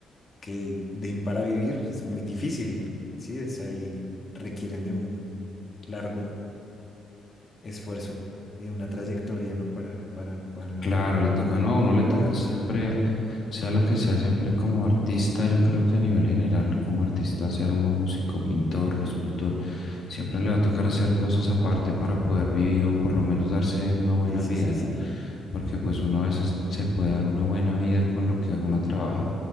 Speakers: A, on the left; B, on the left.
A: que den para vivir es muy difícil, ¿sí? O sea, y requieren de un largo esfuerzo y de una trayectoria, ¿no? Para, para, para,
B: Claro, le toca, no, a uno le toca
A: para ver
B: siempre,
A: eso.
B: sea lo que sea, siempre como artista, yo creo que a nivel general, como artista, sea uno músico, pintor, escultor, siempre le va a tocar hacer cosas aparte para poder vivir o por lo menos darse una buena
A: Sí, sí,
B: vida,
A: sí,
B: ¿no?
A: sí.
B: Porque pues uno a veces se puede dar una buena vida con lo que uno trabaja,